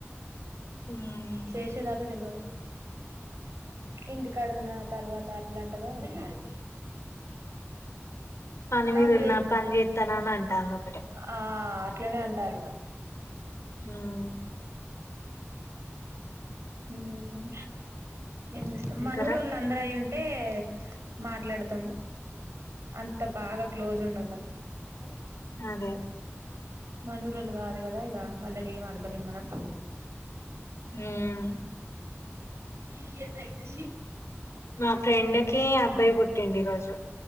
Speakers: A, on the left (about 80°); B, on the right (about 75°).
A: ఉమ్
B: చేేషేదాక తెల్వదు ఇంటికాడున్నా తర్వాత అట్లంటదో ఏమో మరి
A: పని మీదున్నా
B: నాకు రే
A: పని జేత్తానాన అంటాంది ఒకటే
B: ఆ అట్లనే అంటారు
A: ఉమ్
B: హమ్ ఎం
A: ఇంకారా
B: మనురోళ్ళు అందరు అయ్యి ఉం అంటే మాట్లాడతాం అంత బాగా క్లోజ్ వునోలాం టె
A: అదే
B: మనూ రోళ్ళు కాదు కదా ఇక వాళ్ళని ఏం అడగలేం మనం
A: హమ్
B: ఇకద ఇతే
A: మా ఫ్రెండ్ కి అబ్బాయి పుట్టిండు ఈ రోజు